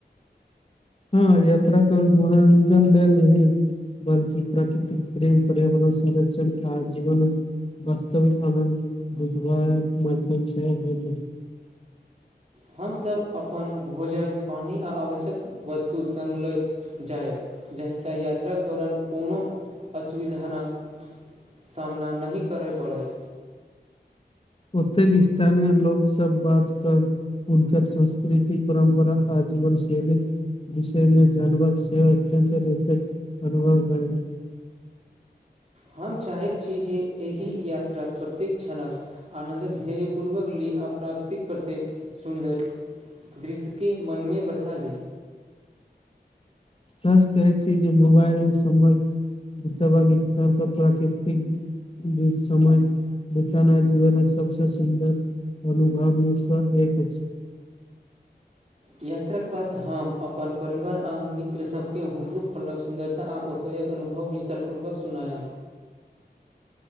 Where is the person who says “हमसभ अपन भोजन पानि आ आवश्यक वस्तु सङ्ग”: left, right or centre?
Right